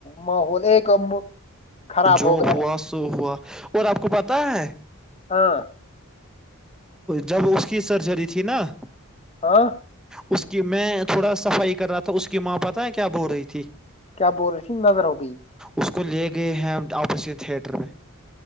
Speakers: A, on the left; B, in the centre.
A: ماحول ایک <unintelligible> کمب خراب
B: جو
A: <unintelligible>
B: ہوا سو ہوا اور آپ کو <unintelligible> تو پتہ ہے <unintelligible>
A: ہاں <unintelligible>
B: جب اس کی سرجری تھی نا <unintelligible>
A: ہاں
B: اس کی میں تھوڑا صفائی کر رہا تھا اس کی ماں پتاہ ہے کیا بول رہی تھی <unintelligible>
A: کیا بول رہی تھی نظر ہو بھئی <unintelligible>
B: اس کو لے گئے ہیں ہم آپریشن تھیٹر میں <unintelligible>